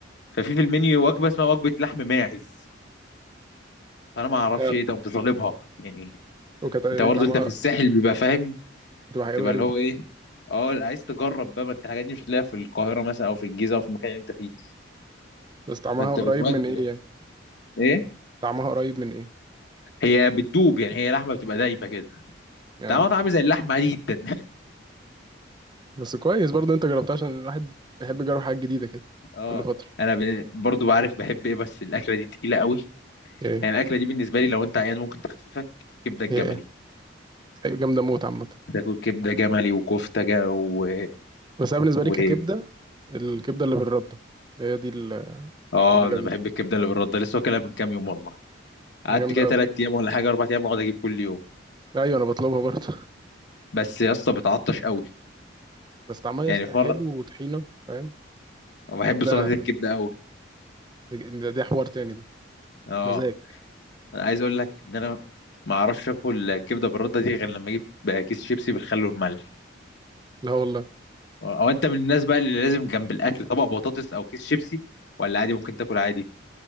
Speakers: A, on the left (about 60°); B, on the right (about 20°).
A: ففي في المنيو وجبه اسمها وجبه لحم ماعز فانا ما اعرفش
B: اه
A: ايه ده قمت طالبها يعني
B: وكانت دي
A: انت برضه
B: طعمها
A: انت في الساحل بيبقى فاهم
B: بتبقى حاجات
A: تبقى
B: غريبه
A: اللي هو ايه اه لا، عايز تجرب بقى ما انت الحاجات دي مش هتلاقيها في القاهره مثلا او في الجيزه او في المكان اللي انت فيه
B: بس طعمها
A: فانت
B: قريب
A: بتودي
B: من ايه
A: بقى
B: يعني
A: ايه
B: طعمها قريب من ايه
A: هي بتدوب يعني هي لحمه بتبقى دايبه كده
B: يعني
A: طعمها طعم زي اللحمه عادي جدا
B: بس كويس برضه انت جربتها عشان الواحد بيحب يجرب حاجات جديدة كده
A: <laughs> اه
B: كل فترة
A: انا ب- برضو بعرف بحب ايه بس الاكله دي تقيله قوي
B: ايه
A: يعني الاكله دي بالنسبه لي لو انت عيان ممكن تخففك كبده الجملي
B: هي ايه هي جامدة موت عامة
A: تاكل كبده جملي وكفته جا و...
B: بس انا بالنسبة لي
A: و...
B: ككبدة الكبدة اللي بالردة هي دي ال-
A: اه
B: اللي
A: انا
B: جامدة
A: بحب الكبده اللي بالرده لسه واكلها من كام يوم والله قعدت
B: جامدة
A: كده
B: قوي
A: ثلاث ايام ولا حاجه اربع ايام اقعد اجيب كل يوم
B: ايوه انا بطلبها برضه
A: بس يا اسطى بتعطش قوي
B: <laughs> بس طعمها يس-
A: يعني
B: حلو
A: في مره
B: وطحينة فاهم
A: بحب
B: كده
A: سلطه الكبده قوي
B: ده ده حوار تاني ده
A: اه
B: مزاج
A: انا عايز اقول لك ان انا ما اعرفش اكل كبده بالرده دي غير لما اجيب بقى كيس شيبسي بالخل والملح
B: لا والله
A: او أو انت من الناس بقى اللي لازم جنب الاكل طبق بطاطس او كيس شيبسي ولا عادي ممكن تاكل عادي